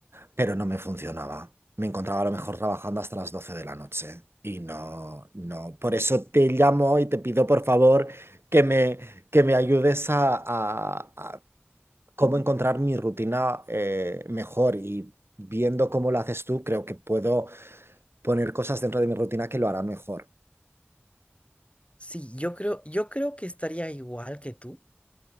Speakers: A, on the right; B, on the left.
A: pero no me funcionaba. Me encontraba a lo mejor trabajando hasta las 12 de la noche y no, no. Por eso te llamo y te pido por favor que me, que me ayudes a, a- a cómo encontrar mi rutina eh, mejor y viendo cómo lo haces tú, creo que puedo poner cosas dentro de mi rutina que lo harán mejor.
B: Sí, yo creo, yo creo que estaría igual que tú.